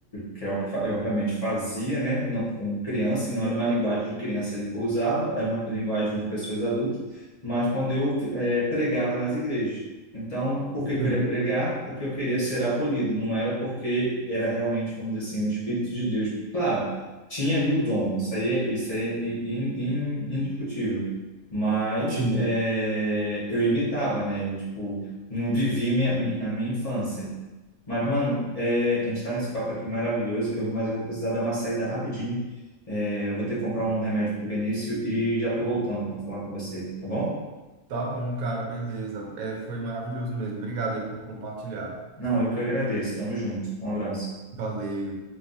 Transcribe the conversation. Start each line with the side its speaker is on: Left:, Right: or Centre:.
Left: que é o que eu realmente fazia, né? Não, como criança, não era uma linguagem de criança ali que eu usava, era uma linguagem de pessoas adultas, mas quando eu é, pregava nas igrejas. Então, por que que eu
Right: sim,
Left: queria pregar? Porque eu queria ser acolhido, não era porque era realmente, como dizer assim, o Espírito de Deus. Claro, tinha ali o dom, isso aí é, isso aí é in- in- indiscutível, mas
Right: sim.
Left: é, eu imitava, né? Eu, tipo, não vivi minha, a minha infância. Mas, mano, é, a gente tá nesse papo aqui maravilhoso, eu, mas eu vou precisar dar uma saída rapidinho. É, eu vou ter que comprar um remédio pro Benício e já tô voltando para falar com você, tá bom?
Right: Tá bom, cara, beleza. É, foi maravilhoso mesmo. Obrigado aí por compartilhar.
Left: Não, eu que agradeço. Tamo junto. Um abraço.
Right: Valeu.